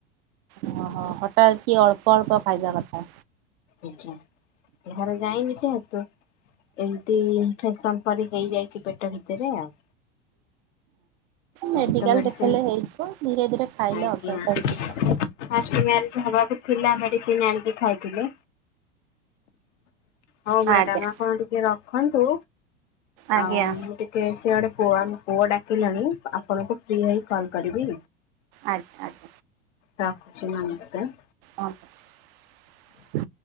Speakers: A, on the right; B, on the left.
A: ଓ ହୋ ହୋ ହଠାତ୍ କି ଅଳ୍ପ ଅଳ୍ପ ଖାଇବା କଥା।
B: ଆଜ୍ଞା ଦେହରେ ଯାଇନି ଯେହେତୁ ଏମିତି ଇନଫେକ୍ସନ ପରି ହେଇଯାଇଛି ପେଟ ଭିତରେ ଆଉ ଭୂତ
A: ମେଡିକାଲ
B: ମେଡିସିନ
A: ଦେଖେଇଲେ ହେଇଯିବ ଧୀରେ ଧୀରେ ଖାଇଲେ
B: ଆଜ୍ଞା
A: ଅଭ୍ୟାସ ହେଇଯିବ।
B: ଫାଷ୍ଟ ମେରେଜ ହବାକୁ ଥିଲା ମେଡିସିନ ଆଣିକି ଖାଇଥିଲେ ହଉ ମ୍ୟାଡ଼ାମ
A: ଆଜ୍ଞା
B: ଆପଣ ଟିକେ ରଖନ୍ତୁ
A: ଆଜ୍ଞା
B: ଆଉ ମୁଁ ଟିକେ ସିଏ ସିଆଡେ ପୁଅ ଆମ ପୁଅ ଡାକିଲାଣି ଆପଣଙ୍କୁ ଫ୍ରି ହେଇ କଲ୍ କରିବି।
A: ଆଜ୍ଞା ଆଜ୍ଞା।
B: ରଖୁଛି ନମସ୍କାର।
A: ହଁ।